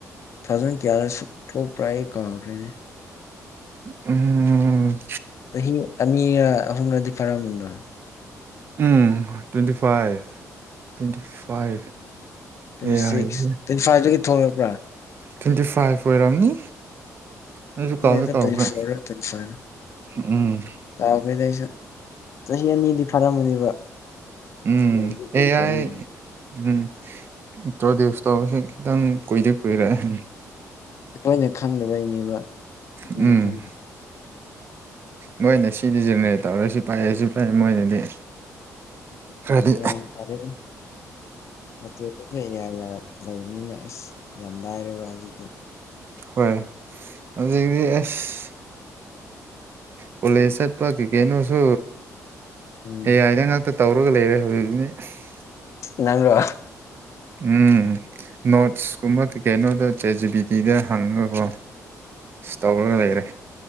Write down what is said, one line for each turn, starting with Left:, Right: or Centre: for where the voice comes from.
Left: ꯊꯥꯖꯟ ꯀꯌꯥꯗ ꯁꯨ ꯊꯣꯛꯄ꯭ꯔꯥ ꯑꯩ ꯀꯥꯎꯈ꯭ꯔꯦꯅꯦ
Right: ꯎꯝ
Left: ꯆꯍꯤ ꯑꯅꯤꯔ ꯑꯍꯨꯝꯂꯗꯤ ꯐꯥꯔꯝꯕꯗ꯭ꯔ <inaudible>
Right: ꯎꯝ twenty five twenty five
Left: twenty
Right: ꯑꯦ
Left: ꯁꯤꯛꯁ
Right: ꯑꯥꯏꯁꯦ
Left: ꯇ꯭ꯋꯦꯟꯇꯤ ꯐꯥꯏꯚꯇꯗꯒꯤ ꯊꯣꯛꯂꯛꯄ꯭ꯔꯥ
Right: ꯇ꯭ꯋꯦꯟꯇꯤ ꯐꯥꯏꯚ ꯑꯣꯏꯔꯝꯅꯤ ꯅꯁꯨ
Left: ꯈꯪꯗꯦꯗ
Right: ꯀꯥꯎꯗ ꯇꯧꯔꯕ꯭ꯔꯥ
Left: ꯇ꯭ꯋꯦꯟꯇꯤ ꯐꯣꯔꯔ ꯇ꯭ꯋꯦꯟꯇꯤ ꯐꯥꯏꯚꯔ
Right: ꯎꯝ
Left: ꯀꯥꯎꯈ꯭ꯔꯦꯗ ꯑꯩꯁꯨ ꯆꯍꯤ ꯑꯅꯤꯗꯤ ꯐꯥꯔꯝꯃꯅꯦꯕ
Right: ꯎꯝ
Left: ꯀꯨꯏꯗꯤ ꯀꯨꯏꯈ꯭ꯔꯕ
Right: ꯑꯦꯌꯥꯥꯏ
Left: ꯃꯥꯜꯂꯦ
Right: ꯎꯝ ꯇ꯭ꯔꯣ ꯁꯇꯁ ꯈꯤꯇꯪ
Left: ꯎꯝ
Right: ꯀꯨꯏꯗꯤ ꯀꯨꯏꯔꯑꯦ
Left: ꯑꯩꯈꯣꯏꯅ ꯈꯪꯗꯕꯩꯅꯦꯕ ꯃꯤꯗꯤ
Right: ꯎꯝ
Left: ꯈꯪꯈ꯭ꯔꯦ
Right: ꯅꯣꯏꯅꯦ ꯁꯤꯗꯤ ꯖꯦꯅꯦꯔꯦ ꯇꯧꯔꯁꯨ ꯄꯥꯏꯑꯁꯨ ꯄꯥꯏꯑ ꯃꯣꯏꯅꯗꯤ ꯈꯔꯗꯤ
Left: ꯒꯌ꯭ꯥꯟ ꯇꯗꯦꯗꯥ ꯃꯆꯨꯖꯤ ꯌꯥ ꯂꯩꯕꯅꯤꯅ ꯑꯁ ꯌꯥꯝ ꯂꯥꯏꯔꯦꯕ ꯍꯧꯖꯤꯛꯇꯤ
Right: ꯍꯣꯏ <inaudible> ꯑꯁ ꯀꯣꯂꯦꯖ ꯆꯠꯄ ꯀꯩ ꯀꯩꯅꯣꯁꯨ
Left: ꯎꯝ
Right: ꯑꯦ ꯑꯥꯏꯗ ꯉꯥꯛꯇ ꯇꯧꯔꯒ ꯂꯩꯔꯦ ꯍꯧꯖꯤꯛꯤ <inaudible>
Left: ꯅꯪ꯭ꯔꯣ
Right: ꯎꯝ ꯅꯣꯠꯁꯀꯨꯝꯕ ꯀꯩ ꯀꯩꯅꯣꯗ ꯆꯦ ꯖꯤ ꯕꯤ ꯇꯤꯗ ꯍꯪꯉꯀꯣ ꯇꯧꯔꯒ ꯂꯩꯔꯦ